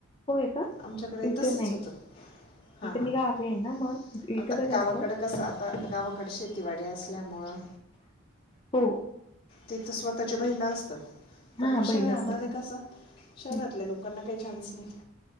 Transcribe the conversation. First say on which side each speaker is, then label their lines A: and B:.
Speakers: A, on the left; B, on the left.
A: होय का
B: आमच्याकडे
A: इथ
B: तसंच
A: नाही.
B: होतं हां आता
A: मी गावी आहे ना मग इथं कसं
B: गावाकड
A: असतं
B: कस आता गावाकडे शेतीवाडी असल्यामुळें.
A: हो.
B: तिथं स्वतःच्या बैल असतात.
A: हा
B: पण मग
A: बैल
B: शहरामध्ये
A: असतात.
B: कस शहरातल्या
A: हम्म
B: लोकांना काही चान्स नाही.